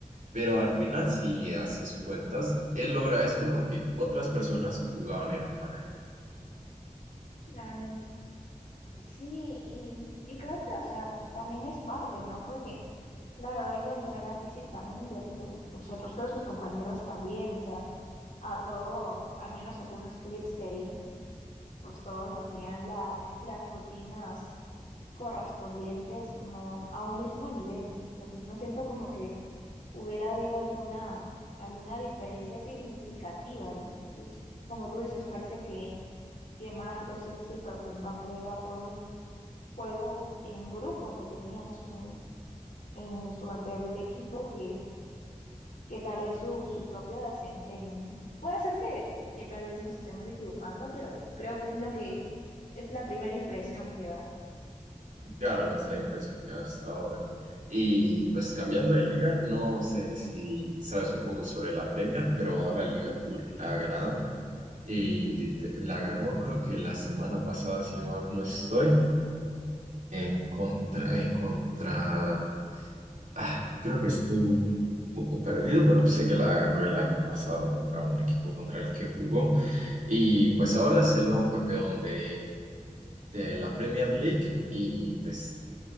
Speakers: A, on the right; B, on the left.
A: Pero al final, si haces cuentas, él logra esto porque otras personas jugaban era para él.
B: Claro, sí, y, y creo que, o sea, también es parte, ¿no? Porque, claro, él entrena físicamente, pero pues el resto de sus compañeros también, o sea, a todos, al menos algunos clips que vi, pues todos hacían la- las rutinas correspondientes como a un mismo nivel. Entonces no siento como que hubiera habido alguna, alguna diferencia significativa, ¿no? Entonces, como tú dices, parece que, que más los éxitos de Mbappé era por un juego en grupo que tenía en su, en su anterior equipo que que tal vez su, su propio desempeño, ¿no? Puede ser que, que tal vez nos estemos equivocando, pero creo que es lo que es la primera impresión que da.
A: Claro, es la impresión que da hasta ahora. Y pues cambiando de liga, no sé si sabes un poco sobre la Premier, pero ahora el Liverpool la ha ganado y lit- la ganó creo que la semana pasada, si mal no estoy, en contra, eh, contra Ah, creo que estoy un poco perdido, pero sé que la ganó el año pasado contra un equipo contra el que jugó. Y pues ahora es el nuevo campeón de, de la Premier League. Y pues,